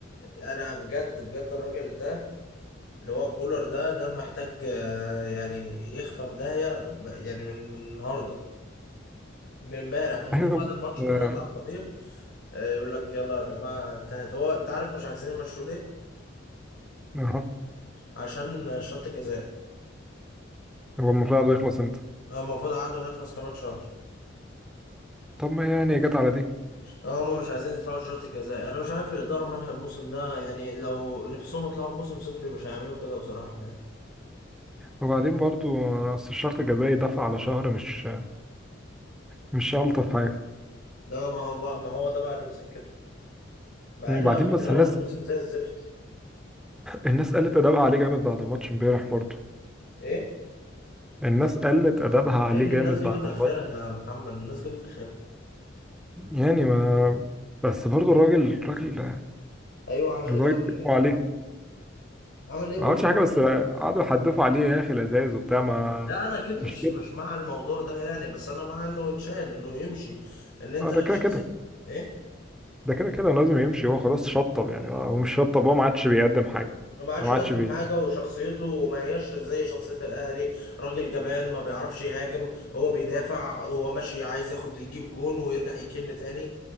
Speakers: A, on the left (about 65°); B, in the centre.
A: انا بجد بجد الراجل ده اللي هو كولر ده ده محتاج آه، يعني يخفى في داهيه ب- يعني من من النهارده من امبارح
B: <laughs>
A: المفروض
B: ايوه
A: بعد
B: بس،
A: الماتش كده
B: اه،
A: يطلع الخطيب آه، يقول لك يلا يا جماعه انتهت هو انت عارف مش عايزين يمشوا ليه
B: اه،
A: عشان الشرط الجزائي
B: هو المفروض عقده يخلص امتى
A: هو المفروض عقده هيخلص كمان شهر
B: طب ما يعني جت على دي
A: هما مش عايزين يدفعوا الشرط الجزائي انا مش عارف الاداره مالها الموسم ده يعني لو نفسهم يطلعوا بموسم صفري مش هيعملوا كده بصراحه يعني
B: وبعدين برضو اه، اصل الشرط الجزائي دفع على شهر مش مش الطف حاجه
A: لا ما هو بقى ما هو ده بقى اللي مسكته مع
B: وبعدين
A: انه يا اخي
B: بس
A: من اول
B: الناس
A: الموسم زي الزفت
B: الناس قلت ادابها عليه جامد بعد الماتش امبارح برضو
A: ايه
B: الناس قلت ادابها
A: لان
B: عليه جامد
A: الناس جابت
B: بعد
A: اخرها
B: الماتش
A: يا محمد الناس جابت اخرها
B: يعني ما بس برضو الراجل الراجل
A: ايوه عمل
B: لدرجه
A: ايه بقى الراجل
B: عليه
A: عمل ايه
B: ما
A: قول
B: عملتش
A: لي
B: حاجه بس قعدوا يحدفوا عليه يا اخي الازايز وبتاع ما
A: لا انا اكيد مش
B: مش كده
A: مش مع الموضوع ده يعني بس انا مع انه يتشال انه يمشي ان انت
B: اه ده كده
A: شخص
B: كده
A: ايه
B: ده كده كده لازم يمشي هو خلاص شطب يعني هو مش شطب هو ما عادش بيقدم حاجه
A: ما عادش
B: ما
A: يقدم
B: عادش بي
A: حاجه وشخصيته ما هياش زي شخصيه الاهلي راجل جبان ما بيعرفش يهاجم هو بيدافع هو ماشي عايز ياخد يجيب جون ويرجع يكن تاني